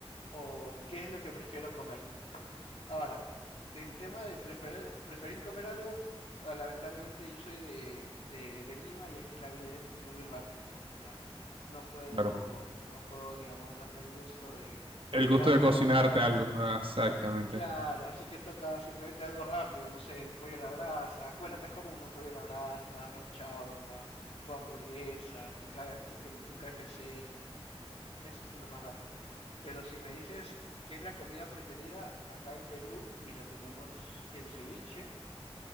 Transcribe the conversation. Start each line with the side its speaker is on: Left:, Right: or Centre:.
Left: o qué es lo que prefiero comer, ¿no? Ahora, en tema de preferir, preferir comer algo, ah, lamentablemente yo soy de, de, de Lima y aquí la vida es muy rápida, ¿ya? No puedo,
Right: claro.
Left: no puedo, digamos, darme el gusto de prepararme
Right: El gusto de cocinarte
Left: algo
Right: algo. Ah, Exactamente.
Left: Claro, así que toca simplemente algo rápido, no sé, un pollo a la brasa. Bueno, acá es común, ¿no? Pollo a la brasa, arroz chaufa, tu hamburguesa, tu, K- tu, K- tu KFC, ¿no? Eso es lo más rápido. Pero si me dices qué es la comida preferida acá en Perú, mira, tenemos el ceviche